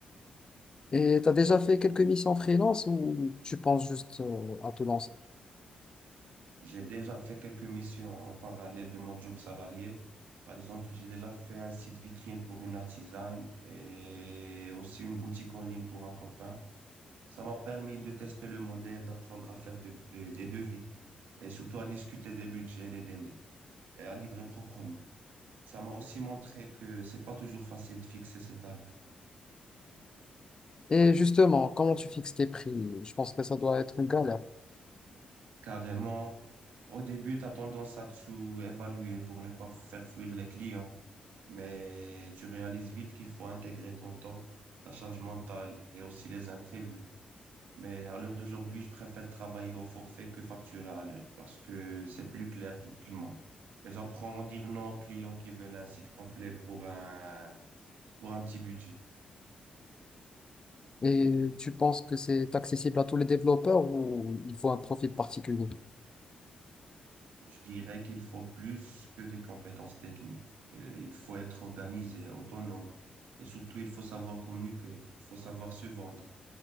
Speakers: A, on the left; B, on the right.
A: Et tu as déjà fait quelques missions freelance ou tu penses juste euh, à te lancer?
B: J'ai déjà fait quelques missions en parallèle de mon job salarié. Par exemple, j'ai déjà fait un site vitrine pour une artisane et aussi une boutique en ligne pour un copain. Ça m'a permis de tester le modèle, d'apprendre à faire de- de- des devis et surtout à discuter des budgets, les délais et à livrer proprement. Ça m'a aussi montré que c'est pas toujours facile de fixer ses tarifs.
A: Et justement, comment tu fixes tes prix? Je pense que ça doit être une galère.
B: Carrément, au début, tu as tendance à te sous-évaluer pour ne pas faire fuir les clients, mais tu réalises vite qu'il faut intégrer ton temps, ta charge mentale et aussi les imprévus. Mais à l'heure d'aujourd'hui, je préfère travailler au forfait que facturer à l'heure parce que c'est plus clair pour tout le monde. Et j'apprends à dire non aux clients qui veulent un site complet pour un, pour un petit budget.
A: Et tu penses que c'est accessible à tous les développeurs ou il faut un profil particulier?
B: Je dirais qu'il faut plus que des compétences techniques. Euh, il faut être organisé, autonome. Et surtout, il faut savoir communiquer, il faut savoir se vendre.